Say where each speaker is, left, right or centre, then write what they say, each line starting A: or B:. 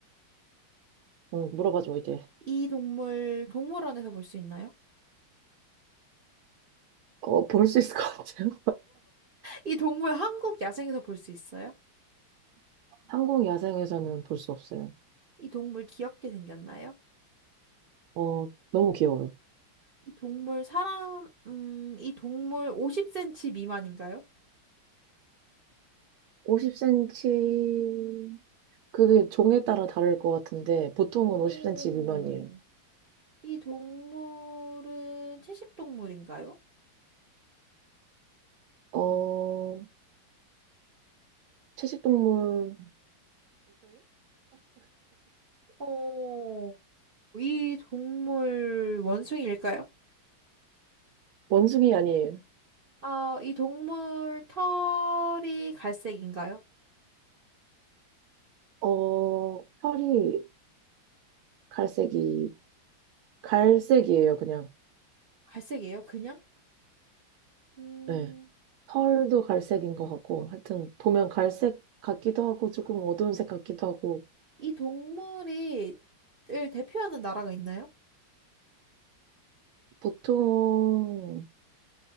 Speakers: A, on the right; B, on the right.
A: 응, 물어봐줘, 이제.
B: 이 동물, 동물원에서 볼 수 있나요?
A: 어, 볼 수 있을 것 같아요?
B: 이 동물 한국 야생에서 볼 수 있어요?
A: <laughs> 한국 야생에서는 볼 수 없어요.
B: 이 동물 귀엽게 생겼나요?
A: 어, 너무 귀여워요.
B: 이 동물 사람, 음, 이 동물 50cm 미만인가요?
A: 50cm, 그게 종에 따라 다를 것 같은데, 보통은
B: 오.
A: 50cm 미만이에요.
B: 이 동물은 채식 동물인가요?
A: 어, 채식동물일걸요?
B: 오... 이 동물 원숭이일까요?
A: 원숭이 아니에요.
B: 어, 이 동물 털이 갈색인가요?
A: 어, 털이 갈색이, 갈색이에요, 그냥.
B: 갈색이에요, 그냥? 음,
A: 네. 펄도 갈색인 것 같고, 하여튼, 보면 갈색 같기도 하고, 조금 어두운 색 같기도 하고,
B: 이 동물이 을 대표하는 나라가 있나요?
A: 보통,